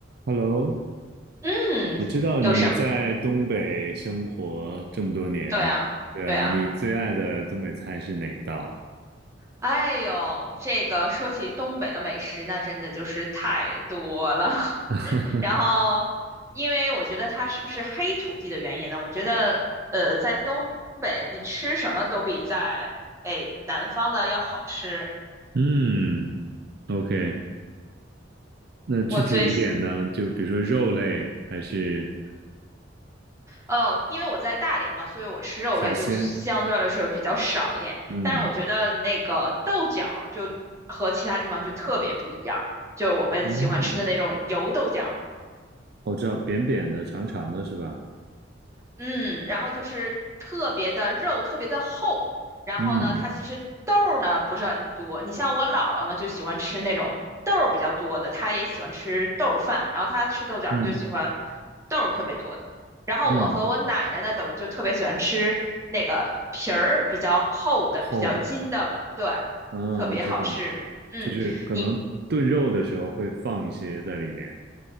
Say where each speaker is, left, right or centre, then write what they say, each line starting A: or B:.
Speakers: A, on the right; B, on the right.
A: Hello，
B: 嗯，
A: 我知道你在东北生活这么多年，
B: 有什么？对啊，
A: 对啊，
B: 对啊。
A: 你最爱的东北菜是哪一道啊？
B: 哎呦，这个说起东北的美食，那真的就是太多了。<laughs>
A: <laughs>
B: 然后，因为我觉得它是不是黑土地的原因呢？我觉得，呃，在东北你吃什么都比在哎南方的要好吃。
A: 嗯，OK，那具体一点呢？
B: 我最喜。
A: 就比如说肉类还是
B: 哦，因为我在大连嘛，所以我吃肉类就相对来说比较少一点。
A: 海鲜？嗯，
B: 但是我觉得那个豆角儿就和其他地方就特别不一样，就我们喜欢吃的那种油豆角
A: 哦，我知道扁扁的、长长的是吧？
B: 嗯，然后就是特别的肉特别的厚，然后呢，
A: 嗯
B: 它其实豆儿呢不是很多。你像我姥姥呢就喜欢吃那种豆儿比较多的，她也喜欢吃豆儿饭，然后她吃豆角儿就喜欢
A: 嗯
B: 豆儿特别多的。然后我和我奶奶呢，
A: 嗯，
B: 等于就特别喜欢吃那个皮儿比较厚的、
A: 厚的，
B: 比较筋道的，对，
A: 嗯，
B: 特别好吃。
A: 我知道，
B: 嗯，
A: 就是可能炖肉的时候会放一些在里面。
B: 你